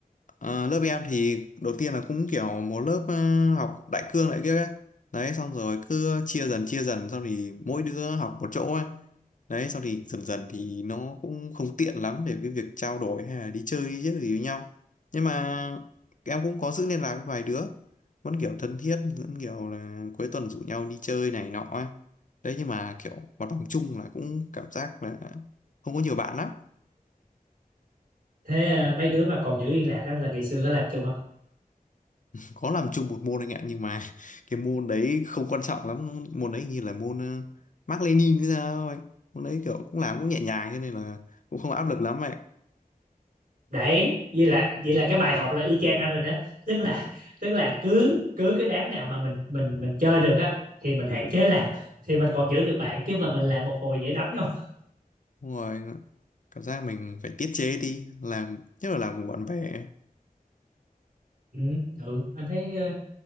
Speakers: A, on the left (about 55°); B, on the right (about 65°).
A: ờ, lớp em thì đầu tiên là cũng kiểu một lớp ờ, học đại cương lại kia ấy. Đấy xong rồi cứ chia dần chia dần xong thì mỗi đứa học một chỗ ấy. Đấy xong thì dần dần thì nó cũng không tiện lắm để cái việc trao đổi hay là đi chơi đi chứ gì với nhau. Nhưng mà em cũng có giữ liên lạc với vài đứa vẫn kiểu thân thiết vẫn kiểu là cuối tuần rủ nhau đi chơi này nọ ấy. Đấy nhưng mà kiểu hoạt động chung là cũng cảm giác là không có nhiều bạn lắm
B: thế ờ, mấy đứa mà còn giữ liên lạc á, là ngày xưa có làm chung
A: có làm chung một môn anh ạ nhưng mà <laughs> cái môn đấy không quan trọng lắm môn đấy như là môn uh, Mác Lênin hay sao anh môn đấy kiểu cũng làm cũng nhẹ nhàng cho nên là cũng không áp lực lắm vậy
B: đấy vậy là vậy là cái bài học là y chang anh rồi đó tức là tức là cứ cứ cái đám nào mà mình mình mình chơi được á thì mình hạn chế làm thì mình còn giữ được bạn chứ mà mình làm một hồi dễ đánh nhau
A: Đúng rồi anh ạ cảm giác mình phải tiết chế đi làm nhất là làm cùng bạn bè
B: ừ, ừ anh thấy ờ,